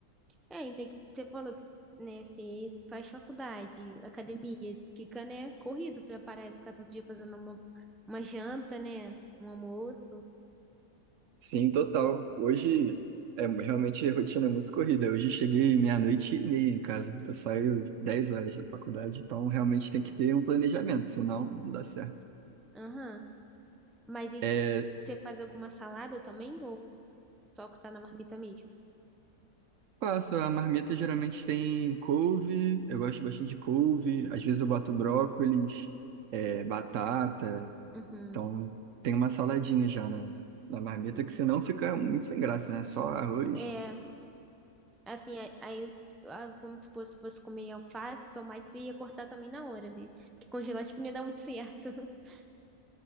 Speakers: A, in the centre; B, on the right.
A: É, ainda né, você falou que, né, você faz faculdade, academia, fica, né, corrido pra parar e ficar todo dia fazendo uma, uma janta, né, um almoço.
B: Sim, total. Hoje é realmente a rotina é muito corrida. Hoje cheguei meia-noite e meia em casa. Eu saio 10 horas da faculdade, então realmente tem que ter um planejamento, senão não dá certo.
A: Aham. Mas aí se-
B: É,
A: você faz alguma salada também ou só que tá na marmita mesmo?
B: Faço, a marmita geralmente tem couve, eu gosto bastante de couve, às vezes eu boto brócolis, é, batata,
A: Uhum.
B: então tem uma saladinha já na, na marmita, que senão fica muito sem graça, né? Só arroz.
A: É, assim, a- aí, ah, como se fosse, fosse comer alface, tomate, você ia cortar também na hora, né? Porque congelar acho que não ia dar muito certo. <laughs>